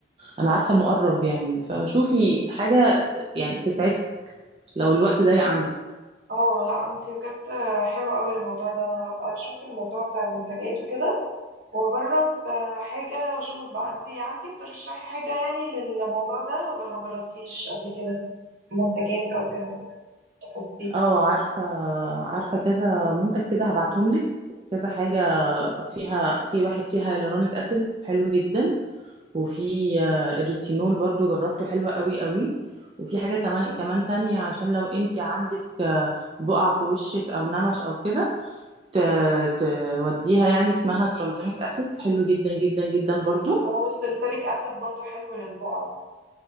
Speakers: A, on the right; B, on the right.
A: أنا عارفة إنه قرب يعني فشوفي حاجة ت- يعني تسعفك لو الوقت ضيق عندك
B: اه لا انتي بجد حلو قوي الموضوع ده انا هبقى اشوف الموضوع بتاع المنتجات وكده واجرب آه، حاجة واشوف بقى انتي عندك ترشحي حاجة يعني للموضوع ده ولا ما جربتيش قبل كده منتجات او كده حطيها
A: اه عارفة عارفة كذا منتج كده هبعتهم لك كذا حاجة فيها في واحد فيها هيالورونيك أسيد حلو جدا وفي آه، الريتينول برضو جربته حلو قوي قوي وفي حاجة تمان- كمان تانية عشان لو انت عندك آه، بقع في وشك او نمش او كده ت- توديها يعني اسمها ترانزيميك اسيد حلو جدا جدا جدا برضو
B: او السلسليك اسيد برضو حلو للبقعه